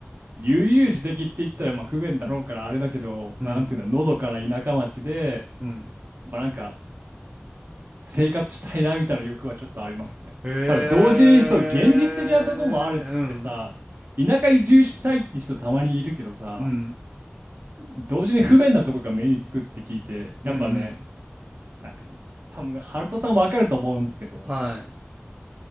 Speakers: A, on the right (about 50°); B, on the right (about 25°).
A: 悠々自適って言ったらまあ不便だろうからあれだけど、
B: うん、
A: まあなんていうんだ、のどかな田舎町で、
B: うん。
A: まあなんか、生活したいなみたいな欲はちょっとありますね。
B: へえ、
A: ただ同時にそう現実的なとこもあるってさ、
B: うん。
A: 田舎移住したいって人たまにいるけどさ、
B: うん、
A: 同時に不便なとこが目につくって聞いて、
B: うん、
A: やっぱね、
B: うん。
A: なんか多分ハルトさんわかると思うんですけど、
B: はい。